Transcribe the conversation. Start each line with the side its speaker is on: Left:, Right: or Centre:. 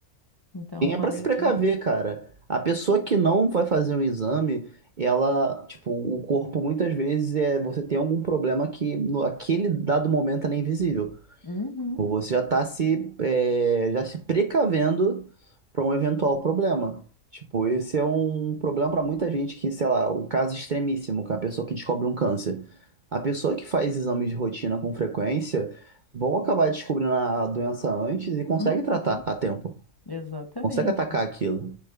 Left: Então,
Right: E é pra
Left: além
Right: se precaver,
Left: disso,
Right: cara. A pessoa que não vai fazer um exame, ela, tipo, o corpo muitas vezes é você tem algum problema que no aquele dado momento ela é invisível.
Left: Uhum,
Right: Ou Você já está se, é, já se precavendo para um eventual problema. Tipo, esse é um problema para muita gente que, sei lá, um caso extremíssimo, que é a pessoa que descobre um câncer. A pessoa que faz exames de rotina com frequência vão acabar descobrindo a doença antes e consegue
Left: uhum,
Right: tratar a tempo.
Left: exatamente.
Right: Consegue atacar aquilo.